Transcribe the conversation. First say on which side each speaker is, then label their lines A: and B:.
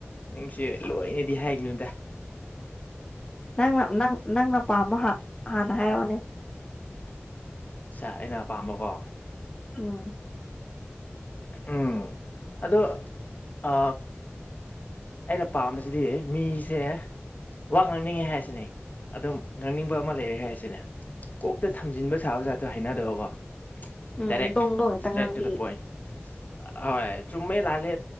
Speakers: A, on the left; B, on the left.
A: ꯅꯪꯁ ꯂꯣꯏꯅꯗꯤ ꯍꯥꯏꯅꯨꯗ
B: ꯅꯪꯅ ꯅ ꯅꯪꯅ ꯄꯥꯝꯕ ꯍꯥꯟꯅ ꯍꯥꯏꯔꯛꯑꯣꯅꯦ
A: ꯑ ꯑꯩꯅ ꯄꯥꯝꯕꯀꯣ
B: ꯑꯝ
A: ꯎꯝ ꯑꯗꯣ ꯑ ꯑꯩꯅ ꯄꯥꯝꯕꯁꯤꯗꯤ ꯃꯤꯁꯦ ꯋꯥ ꯉꯥꯡꯅꯤꯡꯉꯦ ꯍꯥꯏꯁꯤꯅꯦ ꯑꯗꯨꯝ ꯉꯥꯡꯅꯤꯡꯕ ꯑꯃ ꯂꯩꯔꯦ ꯍꯥꯏꯁꯤꯅꯦ ꯀꯣꯛꯇ ꯊꯝꯖꯤꯟꯕ ꯁꯥꯕ ꯆꯥꯇꯣ ꯍꯩꯅꯗꯕꯀꯣ
B: ꯎꯝ
A: ꯗꯏꯔ
B: ꯗꯣꯡ ꯗꯣꯡ ꯍꯦꯛꯇ
A: ꯁꯇ꯭ꯔꯦ
B: ꯉꯥꯡꯕꯤ
A: ꯇꯨ ꯗ ꯄꯣꯏꯟ ꯍꯣꯏ ꯆꯨꯝꯃꯦ ꯂꯥꯜꯂꯦ